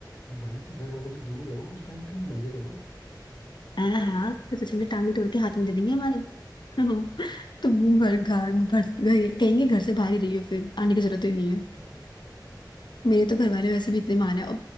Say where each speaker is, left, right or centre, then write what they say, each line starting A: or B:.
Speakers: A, on the left; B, on the left.
A: भाई तो घर वालों से दूर रहो कुछ टाइम के लिए मजे करो
B: हाँ हाँ पता चले टांगे तोड़ के हाथ में दे देंगे हमारे <laughs> तो घर घर घर कहेंगे घर से बाहर ही रहियो फिर आने की जरूरत ही नहीं है मेरे तो घर वाले वैसे भी इतने माने और